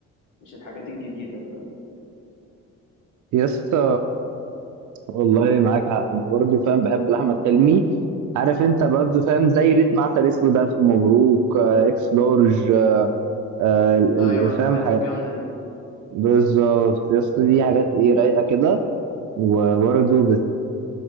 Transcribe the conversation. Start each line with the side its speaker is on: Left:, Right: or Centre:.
Left: مش الحاجات الجديدة فاهم
Right: يا اسطى والله معاك حق انا برضو فاهم بحب لاحمد حلمي عارف انت برضو فاهم زي ريتم عسل اسود الف مبروك آه، اكس لارج آه، ال-
Left: أيوة
Right: ال-
Left: الحاجات
Right: فاهم حاجة
Left: الجامدة دي
Right: بالظبط يا اسطى دي حاجات ايه رايقه كده وبرضو بت